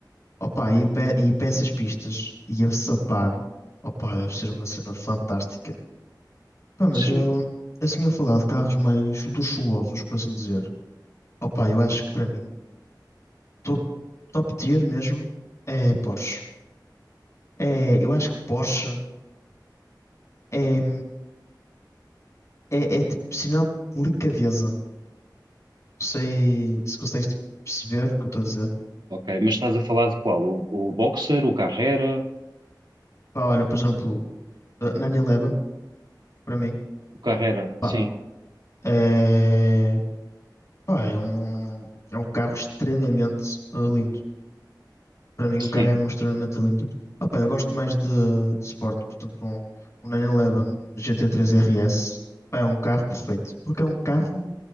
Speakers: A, on the left; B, on the right.
A: opá, e, pe e para essas pistas, e a sapar, opá, deve ser uma cena fantástica. Pá, mas
B: sim,
A: eu, assim, a falar de carros mais luxuosos, por assim dizer. Opa, eu acho que para mim, top, top tier mesmo é Porsche. É, eu acho que Porsche é, é, é tipo, sinal de delicadeza. Não sei se consegues tipo, perceber o que eu estou a dizer.
B: ok. Mas estás a falar de qual? O, o Boxer, o Carrera?
A: Pá, olha, por exemplo, eh, 911, para mim,
B: O Carrera,
A: pá,
B: sim,
A: é, pá, é um, é um carro extremamente eh, lindo. para mim
B: sim.
A: o carro é mesmo extremamente limpo. Opa, eu gosto mais de, de Sport, portanto um, um 911 GT3 RS, pá, é um carro perfeito, porque é um carro